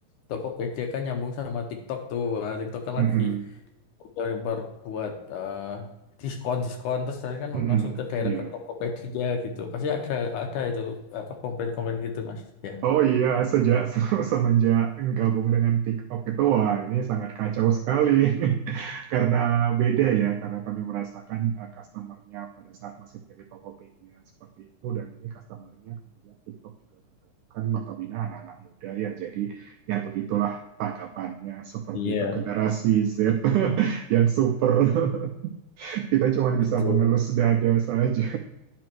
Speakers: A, on the left (about 70°); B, on the right (about 80°).
A: Tokopedia kan nyambung sama TikTok tuh. Nah, TikTok kan
B: mm,
A: lagi
B: mm,
A: udah nyebar buat eh, diskon-diskon terus saya kan
B: mm, mm,
A: langsung ke daerah
B: iya.
A: ke Tokopedia gitu. Pasti ada ada itu apa komplain-komplain gitu Mas. Ya,
B: Oh iya, sejak <laughs> semenjak gabung dengan TikTok itu, wah ini sangat kacau sekali <laughs> karena beda ya, karena kami merasakan eh, customernya pada saat masih menjadi Tokopedia seperti itu dan ini customernya kemudian TikTok juga bergabung kan notabene anak-anak muda ya, jadi ya begitulah tanggapannya seperti
A: Iya,
B: itu generasi Z <laughs> yang super <laughs> kita cuma bisa
A: betul.
B: mengelus dada saja